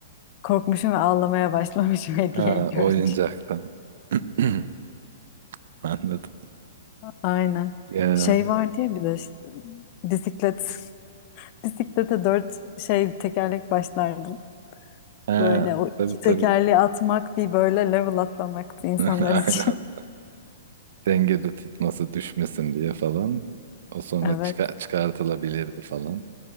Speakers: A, on the left; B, on the right.
A: Korkmuşum ve ağlamaya başlamışım <laughs> hediyeyi
B: Ha,
A: görünce.
B: oyuncaktan. <clears throat> Anladım.
A: Aynen.
B: Ya.
A: Şey var diye bir de bisiklet. Bisiklete dört şey tekerlek başlardım.
B: Ha,
A: Böyle o iki
B: tabii
A: tekerleği
B: tabii.
A: atmak bir böyle level atlamaktı insanlar
B: <laughs> Aynen.
A: için. <laughs>
B: Dengede tutması düşmesin diye falan. O sonra
A: Evet.
B: çıkar çıkartılabilirdi falan.